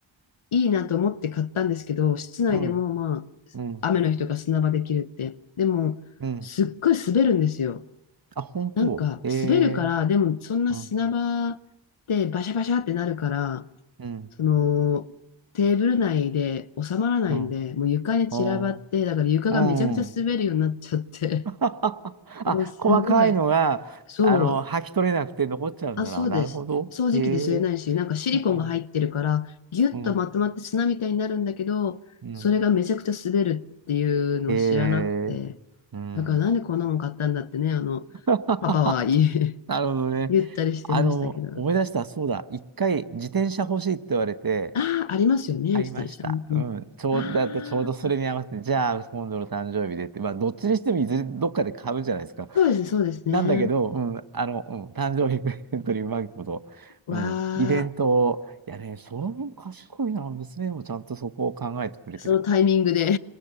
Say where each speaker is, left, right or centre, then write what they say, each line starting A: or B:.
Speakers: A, on the left; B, on the right.
A: いいなと思って買ったんですけど、室内でもま
B: うん。うん。
A: あ、雨の日とか砂場できるって。でも、
B: うん。
A: すっごい滑るんですよ。
B: あ、本当。
A: なんか、
B: ええ。
A: 滑るから、でもそんな砂場でバシャバシャってなるから、
B: うん。うん。
A: その、テーブル内で収まらないんで、
B: うん。
A: もう床に散らばって、
B: あ
A: だから床がめちゃくちゃ滑るようになっちゃって、
B: あ。うん。<laughs>
A: <laughs>
B: あ、
A: もうすごい。
B: 細かいのが、
A: そう、
B: あの、剥き取れなくて残っちゃうんだな。
A: あ、そうです。
B: なるほど。
A: 掃除機で吸えないし、
B: へえ。
A: なんかシリコンが入ってるから、
B: うん。
A: ギュッとまとまって砂みたいになるんだけど、
B: うん。うん。
A: それがめちゃくちゃ滑るっていうのを知らなくて、
B: へえ。うん。
A: だからなんでこんなもん買ったんだってね、あの、
B: <laughs>
A: パパは言い
B: なるほどね。
A: <laughs> 言ったりしてましたけど。
B: あの、思い出した、そうだ。一回自転車欲しいって言われて、
A: ああ、ありますよね、
B: 買いました。
A: 自転車。うんうん。
B: うん。ちょう、
A: ああ、
B: だってちょうどそれに合わせて、じゃあ、今度の誕生日でって、まあ、どっちにしてもいずれどっかで買うじゃないですか。
A: そうです、そうですね。
B: なんだけど、うん、あの、うん、誕生日プレゼントにうまいこと、
A: わ
B: うん、イベントを、
A: あ、
B: いやね、その分賢いな、娘もちゃんとそこを考えてくれてるって。
A: そのタイミングで